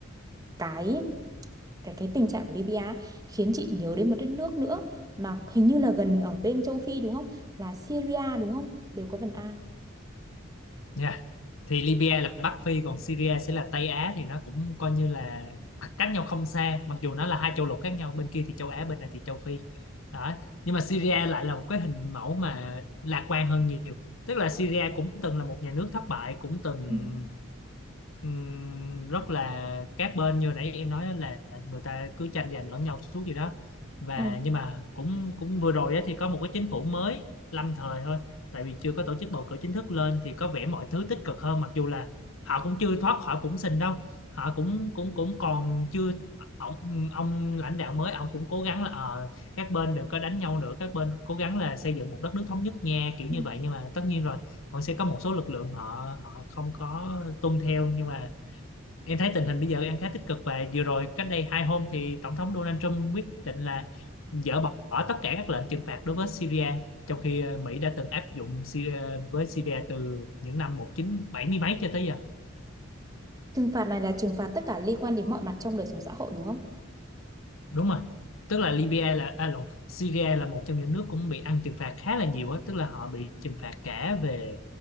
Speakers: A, on the right; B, on the left.
A: cái cái cái tình trạng của Libya ấy, khiến chị nhớ đến một đất nước nữa mà hình như là gần ở bên châu Phi đúng không là Syria đúng không đều có vần A
B: Dạ. thì Libya là Bắc Phi còn Syria sẽ là Tây Á thì nó cũng coi như là cách nhau không xa mặc dù nó là hai châu lục khác nhau bên kia thì châu Á bên này thì châu Phi đó nhưng mà Syria lại là một cái hình mẫu mà lạc quan hơn nhiều tức là Syria cũng từng là một nhà nước thất bại cũng từng
A: Ừ.
B: ừm, rất là các bên như nãy em nói á là người ta cứ tranh giành lẫn nhau suốt gì đó và
A: Ừ.
B: nhưng mà cũng cũng vừa rồi á thì có một cái chính phủ mới lâm thời thôi tại vì chưa có tổ chức bầu cử chính thức lên thì có vẻ mọi thứ tích cực hơn mặc dù là họ cũng chưa thoát khỏi bủn xỉn đâu họ cũng cũng cũng còn chưa ông, ông lãnh đạo mới ông cũng cố gắng là ờ, các bên đừng có đánh nhau nữa các bên cố gắng là xây dựng một đất nước thống nhất nha kiểu
A: Ừ.
B: như vậy nhưng mà tất nhiên rồi còn sẽ có một số lực lượng họ họ không có tuân theo nhưng mà em thấy tình hình bây giờ đang khá tích cực và vừa rồi cách đây hai hôm thì tổng thống Donald Trump quyết định là dỡ bỏ tất cả các lệnh trừng phạt đối với Syria trong khi ờ, Mỹ đã từng áp dụng Syria, với Syria từ những năm 1970 mấy cho tới giờ
A: trừng phạt này là trừng phạt tất cả liên quan đến mọi mặt trong đời sống xã hội đúng không
B: đúng rồi tức là Libya là à, lộn, Syria là một trong những nước cũng bị ăn trừng phạt khá là nhiều á tức là họ bị trừng phạt cả về